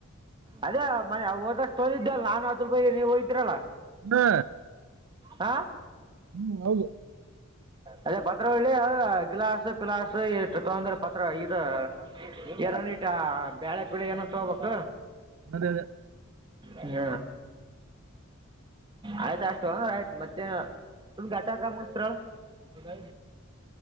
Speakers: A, on the right (about 20°); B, on the right (about 75°).
A: ಅದೇ ಮ ಓದಷ್ಟ ತೊಂದಿದ್ದಲ್ಲ ನಾಾನು ಅದಲ್ ಬೈ ನೀವ್ ಹೋಗಿದ್ರಲ್ಲ
B: ಹಾ
A: ಆ
B: ಹ್ಮ್ ಹೌದು
A: ಅದೇ ಪತ್ರ ಒಳ್ಳಿ ಅ ಗಿಲಾಸ್ ಪಿಲಾಸ್ ಇ ತಗೊಂಡ್ರ ಪತ್ರ ಇದು <unintelligible> ಎರನ್ಟ ಬ್ಯಾೇಳೆ ಪೀಳ ಏನಂತ ಹೋಗ್ಬೇಕು
B: ಆದೆ ಆದೆ
A: ಹ್ಮ ಆಯ್ತ ಅಷ್ಟು ಆಯ್ತು ಮತ್ತೆ ತು ಗಾಟ ಮುಸ್ತ್ರ ಮೆ